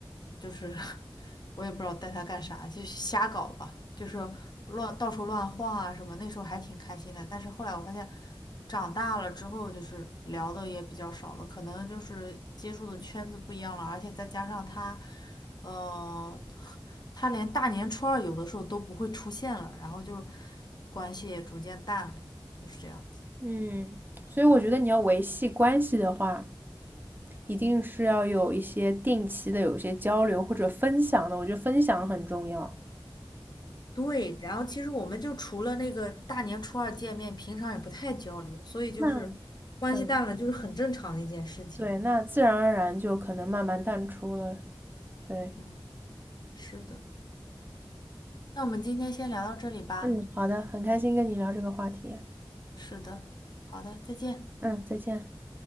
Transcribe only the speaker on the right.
嗯，所以我觉得你要维系关系的话，一定是要有一些定期的有一些交流或者分享的，我觉得分享很重要。
那对，
对，那自然而然就可能慢慢淡出了。对，
嗯，好的，很开心跟你聊这个话题。
嗯，再见。